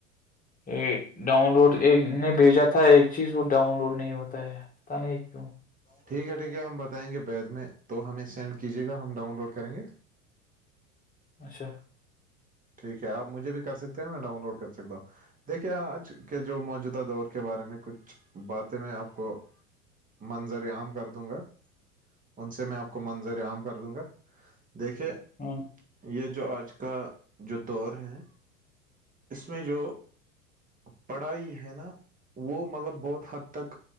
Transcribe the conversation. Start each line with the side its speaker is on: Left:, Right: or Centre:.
Left: یہ ڈاؤن لوڈ ایک نے بھیجا تھا ایک چیز وہ ڈاؤن لوڈ نہیں ہوتا ہے ت نہیںکو
Right: ٹھیک ہے ٹھیک ہے ہم بتائیں گے بیید میں تو ہمیں سینڈ کیجیے گا ہم ڈاؤن لوڈ کریں گے
Left: اچھا
Right: ٹھیک ہے آپ مجھے بھی کر سکتے ہیں میں ڈاؤن لوڈ کر سکتا دیکھیے آج کے جو موجودہ دور کے بارے میں کچھ باتیں میں آپ کو منظر عام کر دوں گا ان سے میں آپ کو منظر عام کر دوں گا دیکھیے
Left: ہاں
Right: یہ جو آج کا جو دور ہے اس میں جو پڑھائی ہے نا وہ مطلب بہت حد تک